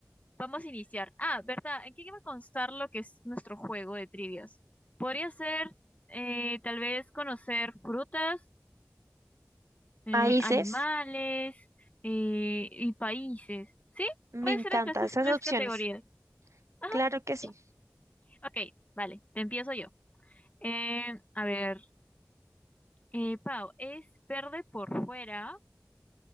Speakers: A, on the left; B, on the right.
A: vamos a iniciar. Ah, ¿verdad? ¿En qué va a constar lo que es nuestro juego de trivias? Podría ser, eh, tal vez, conocer frutas, eh,
B: Países,
A: animales, eh, y países. ¿Sí?
B: me
A: Puede
B: encanta
A: ser entre esas
B: esas
A: tres
B: opciones.
A: categorías. Ajá,
B: Claro que sí,
A: ya. Ok, vale, te empiezo yo. Eh, a ver. Eh, Pau, es verde por fuera,